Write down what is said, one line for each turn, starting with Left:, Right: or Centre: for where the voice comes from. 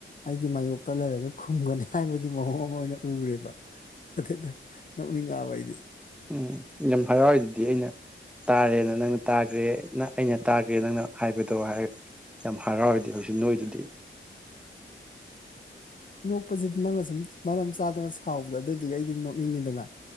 Left: ꯑꯩꯒꯤ ꯃꯥꯌꯣꯛꯇ ꯂꯩꯔꯒ ꯈꯨꯝꯒꯅꯤ ꯍꯥꯏꯕꯒꯤ ꯃꯑꯣꯡ ꯑꯃ ꯑꯣꯏꯅ ꯎꯔꯦꯕ ꯑꯗꯨꯗ ꯅꯣꯛꯅꯤꯡꯉꯛꯑꯕ ꯑꯩꯗꯤ
Centre: ꯎꯝ ꯌꯥꯝ ꯍꯔꯥꯎꯗꯨꯗꯤ ꯑꯩꯅ ꯇꯥꯔꯦꯅ ꯅꯪꯅ ꯇꯥꯒ꯭ꯔꯦ ꯑꯩꯅ ꯇꯥꯒ꯭ꯔꯦ ꯅꯪꯅ ꯍꯥꯏꯕꯗꯣ ꯍꯥꯏꯔ ꯌꯥꯝ ꯍꯔꯥꯎꯔꯤꯗꯤ ꯑꯩꯖꯨ ꯅꯣꯛꯏꯗꯨꯗꯤ
Left: ꯅꯣꯛꯄꯖꯤꯗꯤ ꯅꯪꯅ ꯁꯨꯝ ꯃꯔꯝ ꯆꯥꯗꯅ ꯁꯥꯎꯕꯗ ꯑꯗꯨꯗꯨꯒꯤ ꯑꯩꯗꯤ ꯅꯣꯛꯅꯤꯡꯉꯤꯗꯅ